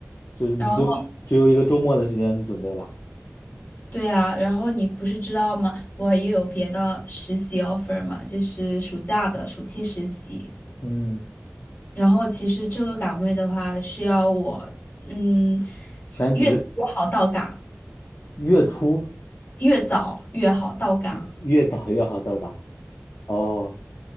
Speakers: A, on the left; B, on the left.
A: 就你就只有一个周末的时间去准备了。
B: 然后对啊，然后你不是知道吗？我也有别的实习 offer 嘛，就是暑假的暑期实习。
A: 嗯，
B: 然后其实这个岗位的话是要我，嗯，
A: 全职，
B: 越早越好到岗，
A: 月初
B: 越早越好到岗。
A: 越越早越好到达。哦，